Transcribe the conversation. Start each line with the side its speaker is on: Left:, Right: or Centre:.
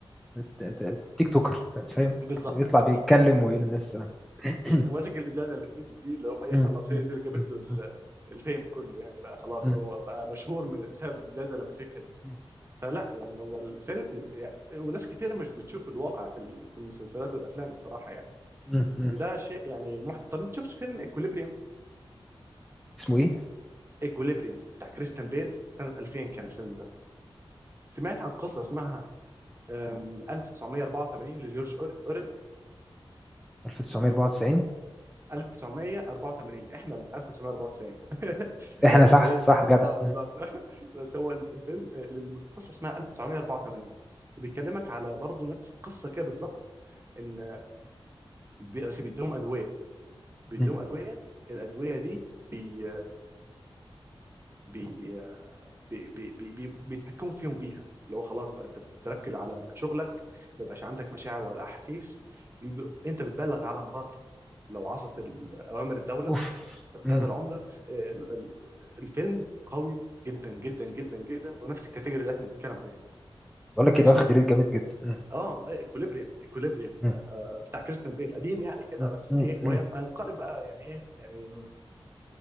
Centre: ت- ت- تيك توكر فاهم
Right: بالظبط
Centre: يطلع
Right: بالظبط
Centre: بيتكلم ويقول للناس آه. <clears throat>
Right: ماسك الازازه اللي في ايده دي اللي هو ايه
Centre: م-
Right: خلاص
Centre: م-
Right: هي دي اللي جابت
Centre: م-
Right: له ال-
Centre: م-
Right: الفيم كله يعني بقى خلاص
Centre: م-
Right: هو بقى مشهور من بسبب الازازه اللي ماسكها دي
Centre: م-
Right: فلا يعني هو الفيلم يعني وناس كتير مش بتشوف الواقع في ال- في المسلسلات والافلام الصراحه يعني
Centre: م- م.
Right: وده شيء يعني مح... طب انت شفت فيلم اكوليبريم
Centre: اسمه ايه
Right: اكوليبريم بتاع كريستن بيل سنه 2000 كان الفيلم ده سمعت عن قصه اسمها أم، 1984 لجورج أور- اورل
Centre: 1994
Right: 1984 احنا ال 1994 <laughs>
Centre: احنا
Right: بس
Centre: صح
Right: هي
Centre: صح جدع
Right: اه بالظبط
Centre: م.
Right: <laughs> بس هو ال- الفيلم آه، للم- القصه اسمها 1984 وبيكلمك على برضه نفس القصه كده بالظبط ان بي- بس بيديهم ادويه بيديهم
Centre: م.
Right: ادويه الادويه دي بي بي بي بي بي بي بيتحكموا فيهم بيها اللي هو خلاص بقى انت بتركز على شغلك ما يبقاش عندك مشاعر ولا احاسيس يجي انت بتبلغ على مراتك لو عصت ال- اوامر الدوله
Centre: اوف
Right: القيادة
Centre: م.
Right: العملة آه، ال- ال- الفيلم قوي جدا جدا جدا جدا ونفس الكاتيجوري اللي احنا بنتكلم عليها
Centre: بقول لك كده
Right: اسمه
Centre: واخد ريت جامد جدا م.
Right: اه اكوليبريم اكوليبريم
Centre: م.
Right: بتاع كريستيان بيل قديم يعني كده
Centre: م.
Right: بس
Centre: م.
Right: ايه وهنقلب
Centre: م.
Right: بقى يعني ايه يعني